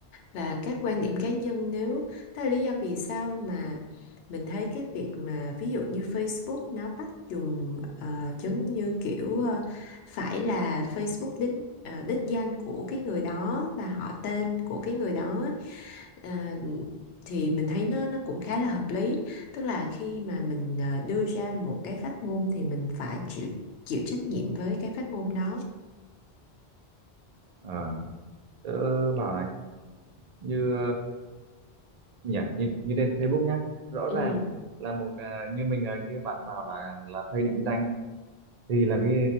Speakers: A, on the left; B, on the right.
A: và các quan điểm cá nhân nếu đó là lý do vì sao mà mình thấy cái việc mà ví dụ như Facebook nó bắt dùng ờ, giống như kiểu ờ, phải là Facebook đính ờ, đích danh của cái người đó và họ tên của cái người đó ấy, ờ, thì mình thấy nó nó cũng khá là hợp lý tức là khi mà mình ờ, đưa ra một cái phát ngôn thì mình phải chịu chịu trách nhiệm với cái phát ngôn đó
B: Ờ, tớ bảo này, như nhỉ như, như trên Facebook nhá rõ
A: ừ
B: ràng là một à, như mình à, như bạn bảo là là phay định danh thì là cái